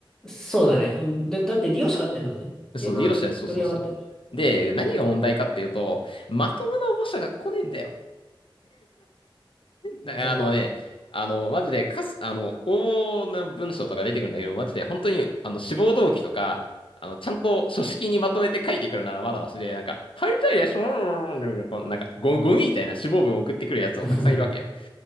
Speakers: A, in the centre; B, on the left.
A: そうだね。うん、で、だって利用者がやってんだもんね。ゲーマー、
B: そう、利用者、そうそうそう。
A: プレイヤーがやってる。
B: で、何が問題かっていうと、まともな応募者が来ねえんだよ。だあのね、
A: あそうだ
B: あの、マジで、かす、あの、応募の文章とか出てくるんだけど、マジで、本当に、あの、志望動機とか、あの、ちゃんと書式にまとめて書いてくるならまだましで、なんか、入りたいです、<laughs> なんか、ゴゴミみたいな志望文を送ってくるやつもたくさんいるわけよ。
A: な。<laughs>